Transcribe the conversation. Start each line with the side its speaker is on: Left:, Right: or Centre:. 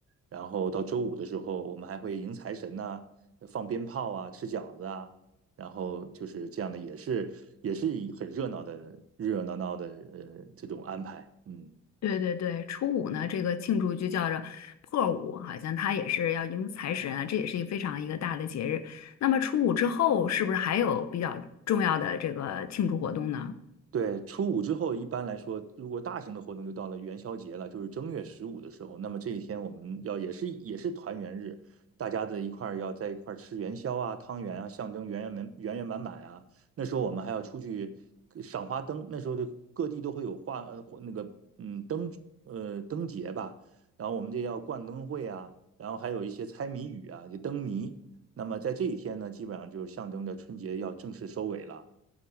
Right: 然后到周五的时候，我们还会迎财神呐、啊放鞭炮啊、吃饺子啊，然后就是这样的，也是也是很热闹的、热热闹闹的呃这种安排，嗯。
Left: 对对对，初五呢，这个庆祝就叫着破五，好像它也是要迎财神啊，这也是一非常一个大的节日。那么初五之后，是不是还有比较重要的这个庆祝活动呢？
Right: 对，初五之后，一般来说，如果大型的活动就到了元宵节了，就是正月十五的时候。那么这一天，我们要也是也是团圆日，大家的一块儿要在一块儿吃元宵啊、汤圆啊，象征圆圆满圆圆满满啊。那时候我们还要出去呃赏花灯，那时候就各地都会有花呃或那个嗯灯呃灯节吧，然后我们这要逛灯会啊，然后还有一些猜谜语啊，就灯谜。那么在这一天呢，基本上就象征着春节要正式收尾了。